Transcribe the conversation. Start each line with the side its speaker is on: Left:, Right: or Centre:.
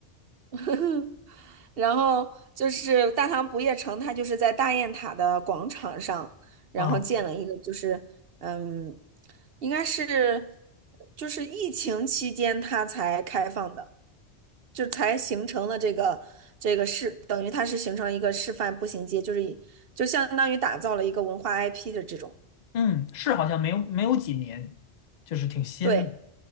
Right: <laughs> 然后就是大唐不夜城，它就是在大雁塔的广场上，然后建了一个，
Left: 啊，
Right: 就是嗯，应该是就是疫情期间它才开放的，就才形成了这个这个是等于它是形成了一个示范步行街，就是以就相当于打造了一个文化 IP 的这种，
Left: 嗯，是好像没有没有几年，就是挺新的
Right: 对，